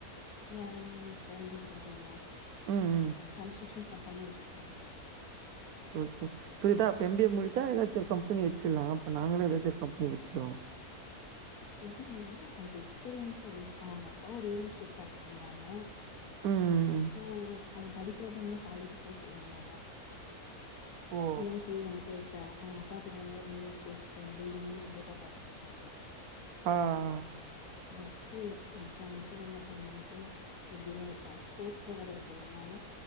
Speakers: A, on the left; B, on the right.
A: யாரு எ ஃப்ரெண்ட்டு சொல்றீங்ளா
B: ம் ம்
A: கன்ஸ்ட்ரக்ஷன் கம்பெனி வெச்சிருக்கா
B: ஓகே புரிதா அப்ப எம் பி ஏ முடிச்சா ஏதாச்சு ஒரு கம்பெனி வெச்சிரலா அப்ப நாங்களு ஏதாச்சு ஒரு கம்பெனி வெச்சுருவோ
A: அப்டிலா இல்ல அதுக்கு எக்ஸ்பீரியன்ஸ்சு வேணு அவங்க அப்பாவு ரியல் எஸ்டேட் பாத்துட்ருந்தாங்க
B: ம்
A: சோ அவன் படிக்கறப்பந்தே காலேஜ் க்ளாஸ் வர மாட்டா
B: ஓ
A: ஃபுல் அண்ட் ஃபுல் வந்து து ச அவங்க அப்பா கூட ரியல் எஸ்டேட்டு க் பில்டிங்கு இத தா பாத்துட்டு இருப்பாங்க
B: ஆ ஆ
A: ஜஸ்ட்டு எப் எக்ஸாம் மட்டு வந்து அட்டென் பண்ணிட்டு இப்டி தா இருப்பா ஸ்போர்ட்ஸ்ல வேற இருக்கறதுனால